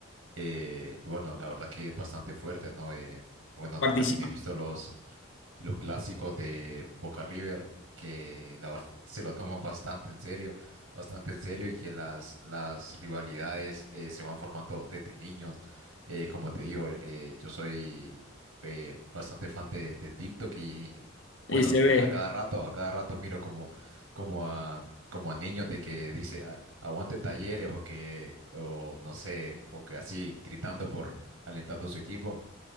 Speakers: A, on the right; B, on the left.
A: eh, bueno, la verdad que es bastante fuerte, ¿no? Eh, bueno,
B: Fuertísima.
A: también he visto los, los clásicos de Boca River, que la verdad <laughs> se lo toman bastante en serio, bastante en serio y que las, las rivalidades eh, se van formando desde niños. Eh, como te digo, eh, yo soy eh, bastante fan de, de TikTok y bueno,
B: Y se
A: a,
B: ve.
A: a cada rato, a cada rato miro como, como a, como a niños de que dice "A- aguante Talleres o que, o no sé, o que así gritando por alentando a su equipo